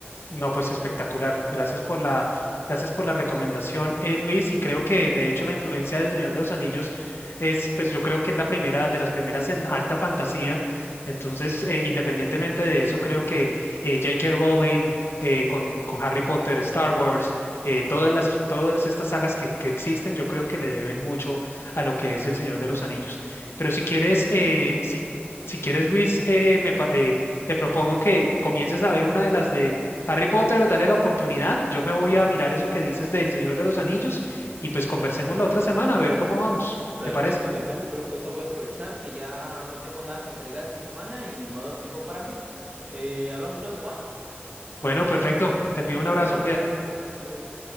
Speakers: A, on the left; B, on the right.
A: No, pues espectacular. Gracias por la, gracias por la recomendación, eh, Luis. Y creo que
B: Ujú.
A: de hecho la influencia del Señor de los Anillos es, pues yo creo que es la primera de las primeras en alta fantasía. Entonces, eh, independientemente de eso, creo que eh, J.K. Rowling eh, con, con Harry Potter, Star Wars, eh, todas las, todas estas sagas que, que existen, yo creo que le deben mucho a lo que es el Señor de los Anillos. Pero
B: Sí,
A: si quieres,
B: definitivamente.
A: eh, si, si quieres,
B: Ujú.
A: Luis, eh, me, pa- eh, te propongo que comiences a ver una de las de Harry Potter, dale la oportunidad. Yo me voy a mirar eso que dices del Señor de los Anillos y pues conversemos la otra semana a ver cómo vamos.
B: Perfecto,
A: ¿Te parece?
B: me parece perfecto. Ahorita voy a aprovechar que ya no tengo nada que entregar esta semana y me ha dado un tiempo para mí. Eh, hablamos luego, va.
A: Bueno, perfecto. Te envío
B: Nos
A: un
B: vemos.
A: abrazo. Cuídate.
B: Hasta luego.